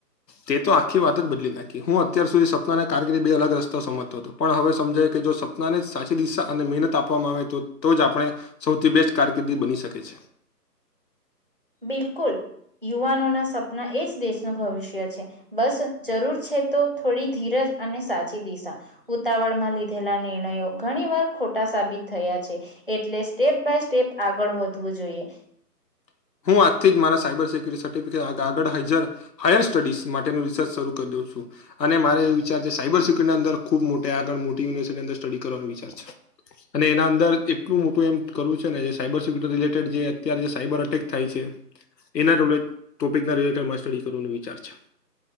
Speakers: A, on the left; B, on the right.
A: તે તો આખી વાત જ બદલી નાખી હું અત્યાર સુધી સપનાને કારકિર્દી બે અલગ રસ્તા સમજતો હતો પણ હવે સમજાય જો સપનાને સાચી દિશા અને મહેનત આપવામાં આવે તો તો જ આપણે સૌથી બેસ્ટ કારકિર્દી બની શકે છે <inaudible>
B: બિલકુલ યુવાનોના સપના <unintelligible> એ જ દેશનું ભવિષ્ય છે, બસ જરૂર છે તો થોડી ધીરજ અને સાચી દિશા. ઉતાવળમાં લીધેલા નિર્ણયો ઘણી વાર ખોટા સાબિત થયા છે એટલે સ્ટેપ બાય સ્ટેપ આગળ વધવું જોઈએ.
A: <inaudible> હું આજથી જ મારા સાયબર સિક્યુરિટી સર્ટિફિકેટ આગળ હાઈજર હાયર સ્ટડીઝ માટેનું રિસર્ચ શરૂ કરી દઉં છું. અને મારે એ વિચાર છે સાયબર સિક્યુરિટી ની અંદર ખુબ મોટી આગળ મોટી યુનિવર્સિટી અંદર સ્ટડી કરવાનો વિચાર છે. અને એના અંદર એટલું મોટું એમ કરવું છે ને જે સાયબર સિક્યુરિટી રિલેટેડ જે અત્યારે સાયબર અટેક. થાય છે. એના <unintelligible> ટોપિક ના <unintelligible> સ્ટડી કરવાનો વિચાર છે.